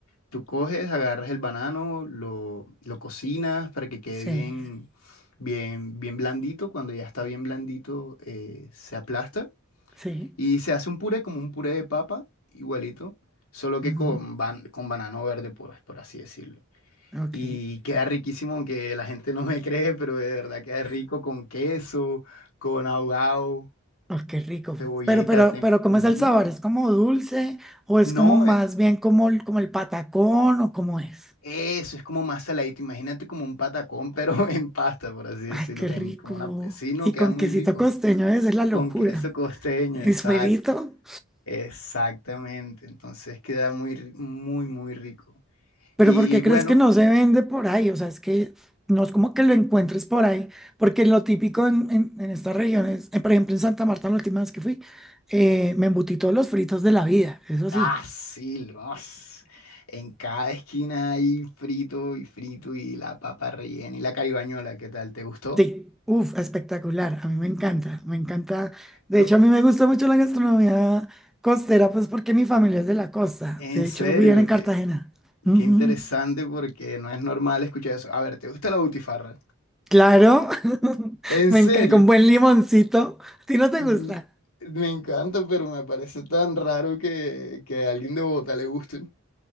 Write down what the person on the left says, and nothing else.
tú coges, agarras el banano, lo, lo cocinas para que quede
bien, bien, bien blandito. Cuando ya está bien blandito, eh, se aplasta
y se hace un puré como un puré de papa, igualito, solo que
con, ban- con banano verde, pues, por así decirlo.
Y queda riquísimo, aunque la gente no me cree, pero de verdad queda rico con queso, con ahogado,
cebollita.
tem-
Ujú.
No,
eh,
eso es como más saladito. Imagínate como un patacón, pero <laughs> en pasta, por así decirlo.
En, como una... Sí, no,
queda
muy
rico.
Con queso costeño,
exacto. Exactamente. Entonces queda muy, ri- muy, muy rico.
Y
bueno,
ah, sí, los. En cada esquina hay frito y frito y la papa rellena y la caibañola, ¿qué tal? ¿Te gustó?
Co-
En
serio,
qué,
qué interesante porque no es normal escuchar eso. A ver, ¿te gusta la butifarra?
En
serio,
Mm,
me encanta, pero me parece tan raro que, que a alguien de Bogotá le guste.